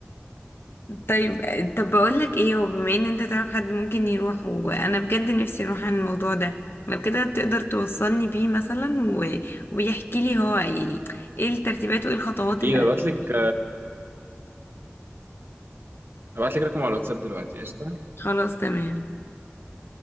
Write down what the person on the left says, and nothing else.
طيب طب بقولك ايه هو بما ان انت تعرف حد ممكن يروح وانا بجد نفسي اروح عن الموضوع ده لو كده تقدر توصلني بيه مثلا و... ويحكي لي هو يعني ايه الترتيبات وايه الخطوات
اللي
خلاص تمام